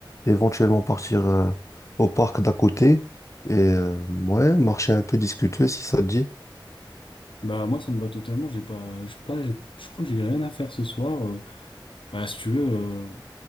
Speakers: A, on the left (about 35°); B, on the left (about 80°).
A: éventuellement partir euh, au parc d'à côté et euh, ouais, marcher un peu, discuter si ça te dit.
B: Bah moi ça me va totalement, j'ai pas, je pas, j'ai- je crois que j'ai rien à faire ce soir. euh. bah si tu veux, euh,